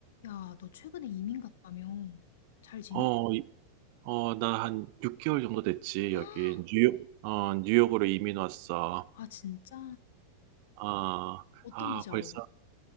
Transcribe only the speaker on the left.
야, 너 최근에 이민 갔다며? 잘 지내?
<gasps>
아, 진짜?
어떤
비자로?